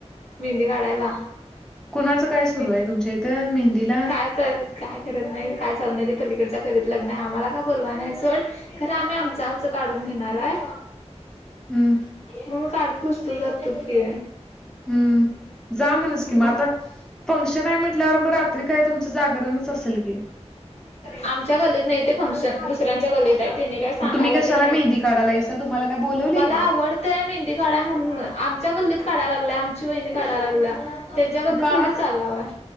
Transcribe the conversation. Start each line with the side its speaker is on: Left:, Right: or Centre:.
Left: मेहंदी काढायला
Centre: कुणाचं काय सुरू
Left: मेहंदी
Centre: हाय तुमच्या इथं मेहंदीला
Left: काय करत नाही काय चालू नाही ते पलीकडच्या गल्लीत लग्न आहे आम्हाला काय बोलवाय नाही सोड खरं आम्ही आमचं आमचं काढून घेणाराय
Centre: हम्म
Left: म मी काढत बसतो जातो की
Centre: हम्म जा म्हणस
Left: मग
Centre: कि म आता फंक्शन आहे म्हंटल्यावर म रात तरी काय तुमचं जागरणच असल की
Left: आमच्या गलीत नाही ते फंक्शन दुसऱ्यांच्या गलीत तेनी काय सांगायला
Centre: मग तुम्ही कशाला
Left: तेन नाहीत
Centre: मेहंदी काढायलायसा तुम्हाला काय बोलवलय
Left: मला
Centre: काय
Left: आवड ते मेहंदी काढा म्हणून आमच्या गल्लीत काढाय लागल्या आमची वहीणी काढाय लागल्या त्यांच्या गल्लीत
Centre: कानात
Left: थोडीच चाललाव हाय